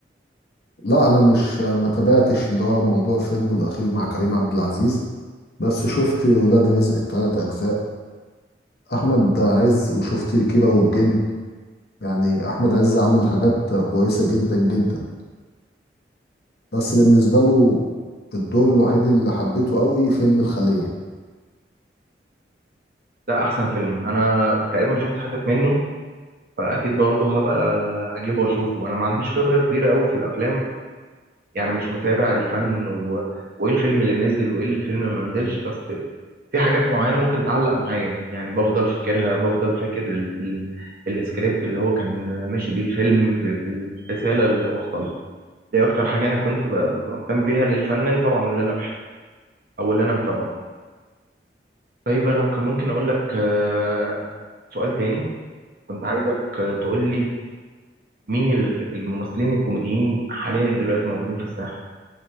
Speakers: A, on the left (about 60°); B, on the right (about 50°).
A: لا أنا مش ما تابعتش اللي هو موضوع فيلمه الأخير مع كريم عبد العزيز بس شفت ولاد رزق التلات أجزاء أحمد عز وشفت كيرة والجن يعني أحمد عز عمل حاجات كويسة جدا جدا بس بالنسبة له الدور الوحيد اللي حبيته قوي فيلم الخلية
B: ده احسن فيلم انا تقريبا شفت حتت منه فاكيد برضه هبقى اجيبه واشوفه انا ما عنديش خبره كبيره قوي في الافلام يعني مش متابع الفن و... وايه الفيلم اللي نزل وايه الفيلم اللي ما نزلش بس في حاجات معينة ممكن تعلق معايا يعني بفضل فاكرها بفضل فاكر ال ال السكريبت اللي هو كان ماشي بيه الفيلم ب- بالرسالة اللي وصلها دي أكتر حاجة أنا كنت ب- ببقى مهتم بيها للفنان طبعا اللي أنا بحبه أو اللي أنا متابعه طيب أنا كان ممكن أقول لك آه، سؤال تاني كنت عايزك آه، تقول لي مين ال- الممثلين الكوميديين حاليا دلوقتي موجودين في الساحة